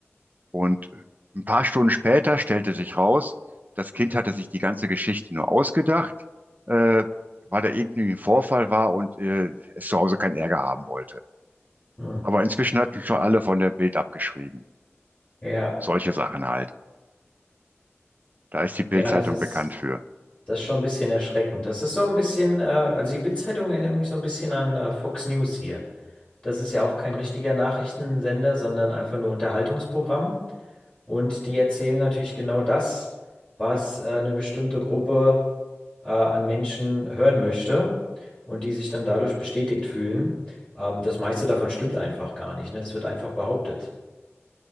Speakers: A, on the right (about 40°); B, on the left (about 25°).
A: Und ein paar Stunden später stellte sich raus, das Kind hatte sich die ganze Geschichte nur ausgedacht, äh, weil da irgendwie ein Vorfall war und äh, es zu Hause keinen Ärger haben wollte.
B: Hm.
A: Aber inzwischen hatten schon alle von der Bild abgeschrieben.
B: Ja,
A: Solche Sachen halt. Da ist die Bild-Zeitung
B: ja, das ist,
A: bekannt für.
B: das ist schon ein bisschen erschreckend. Das ist so ein bisschen, äh, also die Bildzeitung erinnert mich so ein bisschen an äh, Fox News hier. Das ist ja auch kein richtiger Nachrichtensender, sondern einfach nur Unterhaltungsprogramm. Und die erzählen natürlich genau das, was äh, eine bestimmte Gruppe äh, an Menschen hören möchte und die sich dann dadurch bestätigt fühlen. Ähm, das meiste davon stimmt einfach gar nicht, ne? Das wird einfach behauptet.